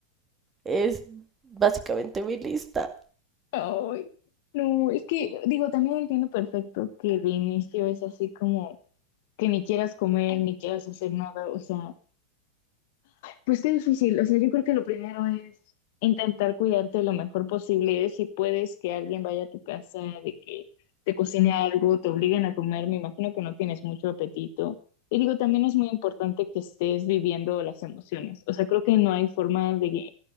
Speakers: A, on the right; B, on the left.
A: es básicamente mi lista.
B: Ay, no, es que, digo, también entiendo perfecto que de inicio es así como que ni quieras comer, ni quieras hacer nada, o sea, Pues qué difícil. O sea, yo creo que lo primero es intentar cuidarte lo mejor posible. Si puedes que alguien vaya a tu casa, de que te cocine algo, te obliguen a comer, me imagino que no tienes mucho apetito. Y digo, también es muy importante que estés viviendo las emociones. O sea, creo que no hay forma de